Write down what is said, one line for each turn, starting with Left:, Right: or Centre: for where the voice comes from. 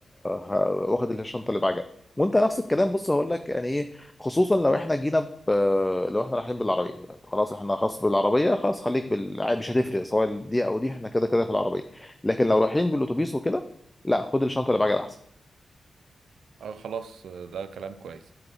Left: ه- واخد الشنطه اللي بعجل وانت نفس الكلام بص هقول لك يعني ايه خصوصا لو احنا جينا ب... لو احنا رايحين بالعربيه يعني خلاص احنا خلاص بالعربيه خلاص خليك بال... مش هتفرق سواء دي او دي احنا كده كده في العربيه لكن لو رايحين بالاتوبيس وكده لا خد الشنطه اللي بعجل احسن
Right: اه خلاص آه، ده كلام كويس